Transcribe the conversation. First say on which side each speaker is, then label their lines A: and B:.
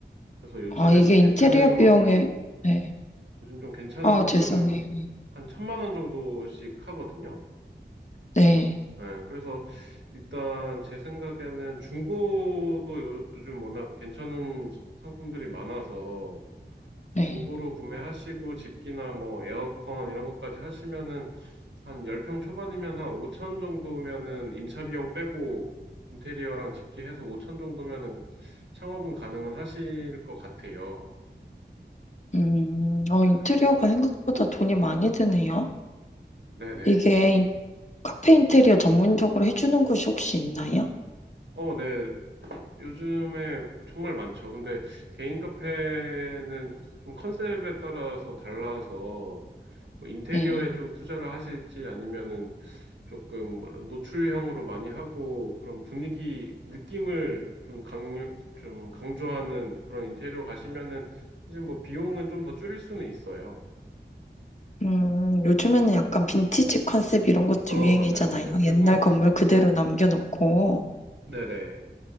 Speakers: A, on the right; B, on the left.
A: 그래서 요즘에
B: 아, 이게
A: 좀
B: 인테리어
A: 괜찮은
B: 비용에,
A: 것들, 음,
B: 네.
A: 요즘 좀 괜찮은
B: 아,
A: 것들은
B: 죄송해요.
A: 한 천만 원 정도씩 하거든요.
B: 네,
A: 네, 그래서 일단 제 생각에는 중고도 요- 요즘 워낙 괜찮은 지- 상품들이 많아서
B: 네.
A: 중고로 구매하시고 집기나 뭐 에어컨 이런 것까지 하시면은 한 10평 초반이면 한 5천 정도면은 임차 비용 빼고 인테리어랑 집계해서 5천 정도면은 창업은 가능은 하실 것 같아요.
B: 음, 어,
A: 네.
B: 인테리어가 생각보다 돈이 많이 드네요.
A: 네네.
B: 이게 인- 카페 인테리어 전문적으로 해주는 곳이 혹시 있나요?
A: 어, 네. 요즘에 뭐 정말 많죠. 근데 개인 카페는 좀 컨셉에 따라서 달라서 뭐 인테리어에
B: 네.
A: 좀 투자를 하실지 아니면은 조금 뭐라- 노출형으로 많이 하고 그런 분위기 느낌을 좀 강요 좀 강조하는 그런 인테리어 가시면은 사실 뭐 비용은 좀 더 줄일 수는 있어요.
B: 음, 요즘에는
A: 네.
B: 약간 빈티지 컨셉 이런 것도
A: 어,
B: 유행이잖아요.
A: 맞아요, 맞아요. 그래서,
B: 옛날 건물 그대로 남겨놓고.
A: 네네.